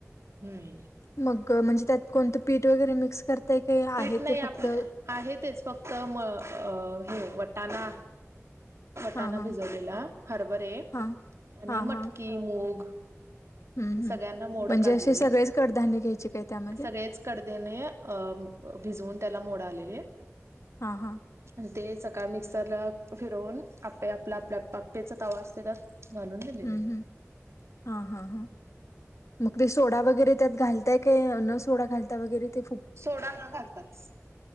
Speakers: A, on the right (about 60°); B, on the left (about 70°).
A: हम्म
B: मग म्हणजे त्यात कोणतं पीठ वगैरे मिक्स करताय काही
A: पीठ
B: आहे
A: नाही
B: ते
A: आप
B: फक्त
A: आहे तेच फक्त म हे वटणा वटाणा
B: हा हा
A: भिजवलेला हरभरे
B: हा
A: आणि
B: हा हा
A: मटकी मूग
B: हम्म हम्म
A: सगळ्यांना मोड
B: म्हणजे
A: काढलेले
B: असे सगळेच कडधान्य घ्यायचे काय त्यामध्ये?
A: सगळेच कडदने अ भिजवून त्याला मोड आलेले
B: हा हा
A: आणि ते सकाळ मिक्सरला फिरवून आप्पे आपला आपल्या आप्पेचा तवा असतेला घालून झालेले
B: हं, हं. हां, हां, हां. मग ते सोडा वगैरे त्यात घालताय काय न सोडा घालता वगैरे ते
A: सोडा न घालताात